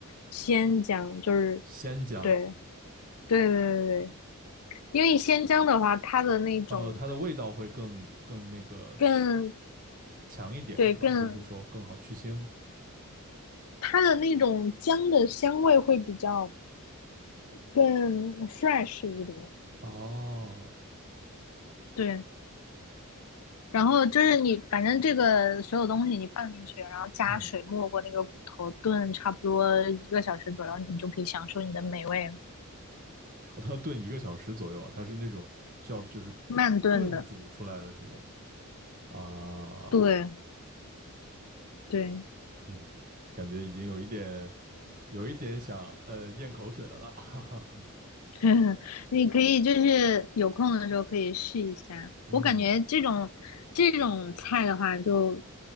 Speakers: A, on the left; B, on the right.
A: 鲜姜，就是
B: 鲜姜，
A: 对对对对对，因为鲜姜的话，它的那种
B: 呃，它的味道会更更那个
A: 更
B: 强一点是吧？
A: 对更
B: 就是说更好去腥
A: 它的那种姜的香味会比较。更 fresh 一点。
B: 哦，
A: 对，然后就是你，反正这个所有东西你放进去，然后加水没过那个骨头，
B: 嗯，
A: 炖差不多一个小时左右，你就可以享受你的美味。
B: 哦，它要炖一个小时左右啊，它是那种需要就是
A: 慢炖的，
B: 炖煮出来的这种。啊，
A: 对对，
B: 嗯，感觉已经有一点，有一点想呃咽口水了了，<laughs> 哈哈哈。
A: <laughs> 你可以就是有空的时候可以试一下。
B: 嗯
A: 我感觉这种这种菜的话就，